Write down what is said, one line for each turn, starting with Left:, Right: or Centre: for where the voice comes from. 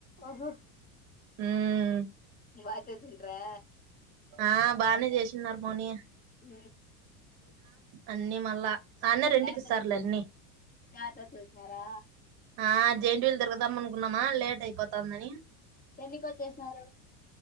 Left: ఓహో
Right: హ్మ్మ్
Left: బాగా చేసింట్రా
Right: ఆ బానే చేసిన్నారు మోనియ
Left: ఉ
Right: అన్నీ మళ్ళా ఆన్నే రెంట్
Left: జాతరకొచ్చినం
Right: కి ఇస్తారులే అన్ని
Left: జాతర చూస్తారా
Right: ఆ జెయింట్ వీలు తిరుగుదాం అనుకున్నామా లేట్ అయిపోతాందని
Left: ఎన్నిక వచ్చేసినారు